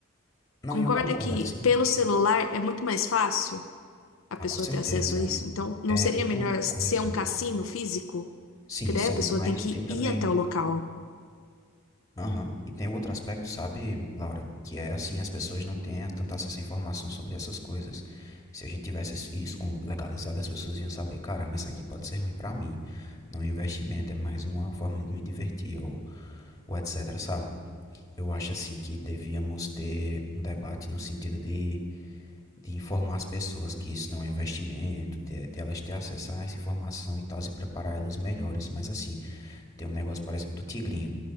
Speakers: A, on the left (about 15°); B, on the left (about 70°).
A: Não,
B: Concorda
A: e eu concordo
B: que
A: assim.
B: pelo celular é muito mais fácil a pessoa
A: Ah, com certeza.
B: ter acesso a isso? Então, não
A: É,
B: seria
A: e tem
B: melhor
A: outra
B: ser
A: coisa.
B: um cassino físico?
A: Sim,
B: Porque daí
A: sim,
B: a pessoa
A: mas
B: tem que
A: tem
B: ir
A: também
B: até o local.
A: Aham. E tem outro aspecto, sabe, Laura? Que é assim, as pessoas não têm tanta acesso à informação sobre essas coisas. Se a gente tivesse isso isso com- legalizado, as pessoas iam saber, caramba, isso aqui pode ser ruim pra mim. Não é um investimento, é mais uma forma de me divertir ou, ou etc, sabe? Eu acho assim que devíamos ter um debate no sentido de, de informar as pessoas que isso não é um investimento, de, de elas ter acesso a essa informação e tal, e preparar elas melhores. Mas assim, tem um negócio, por exemplo, do tigrinho.